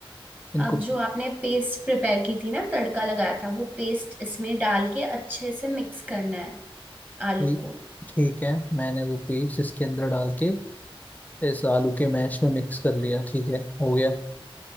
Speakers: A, on the left; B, on the right.
A: इनको
B: अब जो आपने पेस्ट प्रिपेयर की थी ना तड़का लगाया था वो पेस्ट इसमें डाल के अच्छे से मिक्स करना है आलू
A: पी
B: को
A: ठीक है मैंने वो पेस्ट इसके अंदर डाल के इस आलू के मैश में मिक्स कर लिया ठीक है हो गया